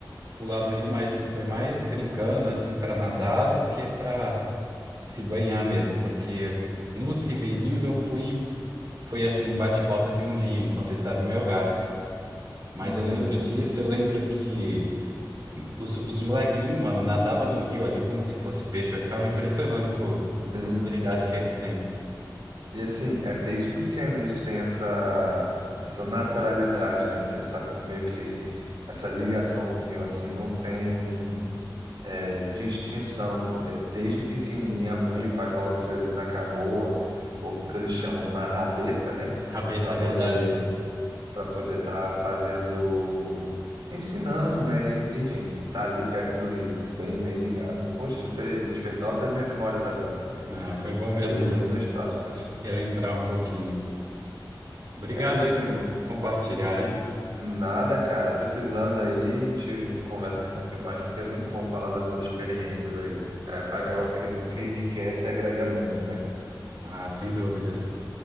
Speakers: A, on the right; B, on the right.
A: pular no rio, mas foi mais brincando assim para nadar do que para se banhar mesmo, porque nos ribeirinhos eu fui, foi assim um bate-volta de um dia enquanto eu estava em Melgaço. Mas
B: Uhum,
A: eu lembro disso,
B: uhum.
A: eu lembro que os, os molequinhos, mano, nadava no rio ali como se fosse peixe. Eu ficava impressionando com,
B: Sim,
A: com a habilidade
B: sim.
A: que eles têm.
B: E assim, é desde pequeno eles têm essa, essa naturalidade, né? Essa, essa- meio que essa ligação com o rio, assim, não tem é, distinção. É, desde pequenininha, a mãe e o pai colocam o filho ali na canoa, ou o que eles chamam na rabeta, né?
A: Rabeta,
B: Para
A: é
B: poder
A: verdade.
B: para poder estar fazendo, ensinando, né? E, enfim, tá ali perto do rio, bem, bem ligado. Poxa, você despertou altas memórias agora,
A: Ah, foi bom mesmo
B: coisas bem nostálgicas.
A: relembrar um pouquinho. Obrigado
B: É isso,
A: aí por
B: meu amigo.
A: compartilhar, hein?
B: Nada, cara. Precisando aí, a gente conversa um pouquinho mais, porque é muito bom falar dessas experiências aí. É, a- eu acredito que enriquece e agrega muito, né?
A: Ah, sem dúvidas.